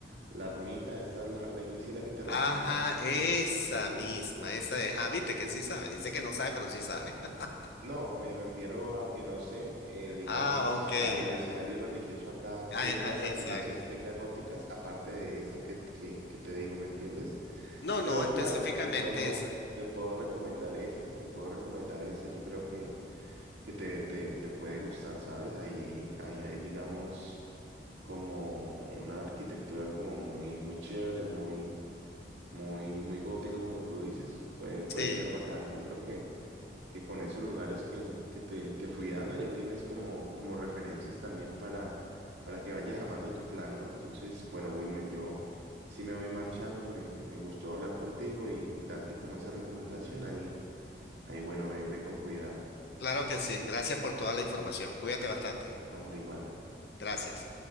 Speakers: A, on the right; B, on the left.
A: La ermita, ¿esta la, la iglesia a la que te refieres?
B: Ajá, esa misma, esa es. Ah, viste que sí sabe, dice que no sabe, pero sí sabe. <laughs>
A: No, me refiero a que no sé, eh, digamos,
B: Ah, ok,
A: si a- el escenario
B: ah,
A: religioso acá,
B: ah,
A: que
B: eh,
A: tantas
B: ah, exacto.
A: iglesias tenga góticas, aparte de esa que, que, que te digo, ¿me entiendes?
B: No, no,
A: Pero
B: específicamente
A: claro, te puedo,
B: esa.
A: te puedo recomendar esa, te puedo recomendar esa, yo creo que, que te, te, te puede gustar, ¿sabes? Ahí, ahí hay, digamos, como una arquitectura como muy, muy chévere, muy muy, muy gótica, como tú dices, puede, puede
B: Sí,
A: ser bacano. Yo creo que, que con esos lugares que, que te, te fui dando ya tienes como, como referencias también para, para que vayas armando tu plan, ¿no? Entonces, bueno, Wilmer, yo sí me voy marchando, me, me gustó hablar contigo y darte como esa recomendación ahí. Ahí, bueno, ve, ve con cuidado.
B: claro que sí. Gracias por toda la información. Cuídate bastante.
A: Hombre, igual.
B: Gracias.